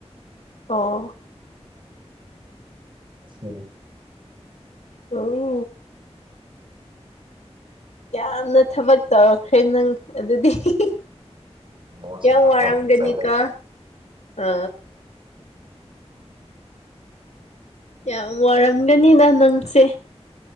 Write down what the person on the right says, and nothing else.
ꯑꯁꯤꯅꯤ
ꯕꯣꯜ ꯁꯥꯟꯅꯕ
ꯑꯃꯨꯛ ꯆꯠꯂꯦ